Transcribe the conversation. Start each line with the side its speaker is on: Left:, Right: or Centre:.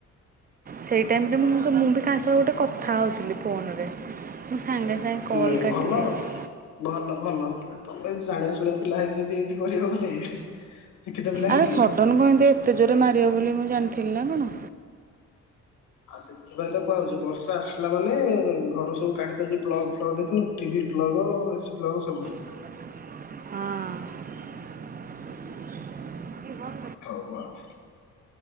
Right: ସେଇ ଟାଇମରେ
Left: ହଁ
Right: ମୁଁ ମୁଁ ବି କାହା ସହ ଗୋଟେ କଥା ହେଉଥିଲି ଫୋନରେ। ମୁଁ ସାଙ୍ଗେ ସାଙ୍ଗେ
Left: ହୁଁ
Right: କଲ୍ କାଟିଦେଇଛି।
Left: ଭଲ ଆଉ ଭଲ ଭଲ ତମେ ଜାଣିବା ଶୁଣିବା ପିଲା ହେଇକି ଯଦି ଏନିତି କରିବ ବୋଲେ। ଶିକ୍ଷିତ ପିଲା ହେଇକି
Right: ଆରେ ସଡ଼ନ କଣ ଏମିତି ଏତେ ଜୋରେ ମାରିବ ବୋଲି ମୁଁ ଜାଣିଥିଲି ନା କଣ।
Left: ଆଉ ସେଥିପାଇଁ ତ କୁହା ହଉଛି ବର୍ଷା ଆସିଲା ମାନେ-ଏ-ଏ ଘରୁ ସବୁ କାଢ଼ି ଦିଅନ୍ତି ପ୍ଲଗ ଫ୍ଲଗ ଦେଖିନୁ କି? T V plug A C plug ସବୁ।
Right: ହଁ। <unintelligible>
Left: ହଉ ଆଉ।